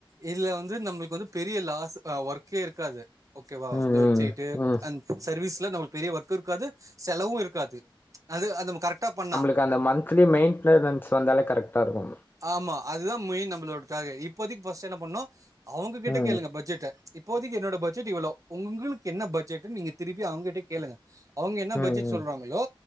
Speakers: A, on the right; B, on the left.
A: இதுல வந்து நம்ளுக்கு வந்து பெரிய லாஸ் ஒர்க்கே இருக்காது ஓகேவா
B: ம்
A: இந்த வேஃப்சைட்டு
B: ம் ம்
A: அந் சர்வீஸ்ல நம்ளுக்கு பெரிய ஒர்க் இருக்காது செலவு இருக்காது அது அத நம்ம கரெக்டா பண்ணா
B: எனக்கு அந்த மன்த்லி மெயின்டெனன்ஸ் வந்தாலே கரெக்டா இருக்கு
A: ஆமா அதுதா மெயின் நம்மளோட டார்கே இப்போத்க்கு ஃபர்ஸ்ட் என்ன பண்ணோ அவுங்க கிட்ட
B: ம்
A: கேளுங்க பட்ஜெட் இப்போதிக்கு என்னடோ பட்ஜெட் இவ்ளோ உங்களுக்கு என்ன பட்ஜெட்னு நீங்க திருப்பி அவுங்க கிட்ட கேளுங்க அவுங்க என்ன
B: ம்
A: பட்ஜெட்
B: ம்
A: சொல்றாங்களோ